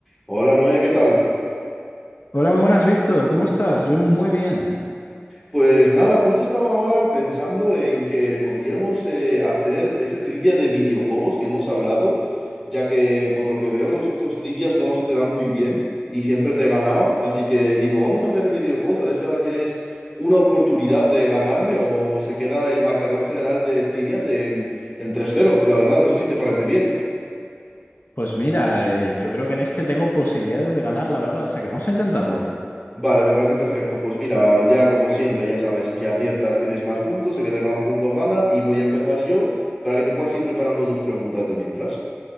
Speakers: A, in the centre; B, on the left.
A: Hola Noé, ¿qué tal?
B: Hola, muy buenas, Víctor. ¿Cómo estás? Yo muy bien.
A: Pues nada, justo estaba ahora pensando en que podríamos eh, hacer ese trivia de videojuegos que hemos hablado, ya que por lo que veo los otros trivias no se te dan muy bien y siempre te he ganado, así que digo, vamos a hacer el de videojuegos, a ver si ahora tienes una oportunidad de ganarme o se queda el marcador general de trivias en, en 3-0, la verdad, no sé si te parece bien.
B: Pues mira, eh, yo creo que en este tengo posibilidades de ganar, la verdad. O sea que vamos a intentarlo.
A: Vale, me parece perfecto. Pues mira, ya como siempre, ya sabes, si aciertas tienes más puntos, el que tenga más puntos gana y voy a empezar yo para que te puedas ir preparando tus preguntas de mientras.